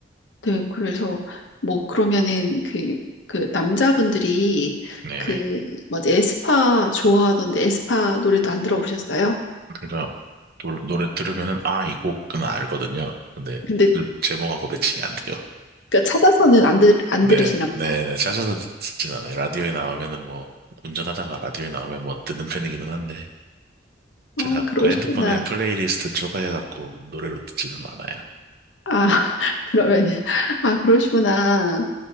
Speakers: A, on the left; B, on the right.
A: 네, 그래서 뭐 그러면은 그, 그 남자분들이
B: 네,
A: 그
B: 네.
A: 뭐지 에스파 좋아하던데 에스파 노래도 안 들어보셨어요?
B: 그러니까 노, 노래 들으면은, 아, 이 곡은 알거든요. 근데
A: 근데
B: 그 제목하고 매칭이 안 돼요.
A: 그러니까 찾아서는 안, 들, 안
B: 네,
A: 들으시나 보다.
B: 네, 네. 찾아서 듣진 않아요. 라디오에 나오면은 뭐, 운전하다가 라디오에 나오면 뭐 듣는 편이기는 한데,
A: 아,
B: 제가
A: 그러시구나.
B: 그 핸드폰에 플레이리스트 추가해갖고 노래로 듣지는 않아요.
A: 아, <laughs> 그러면은, 아, 그러시구나.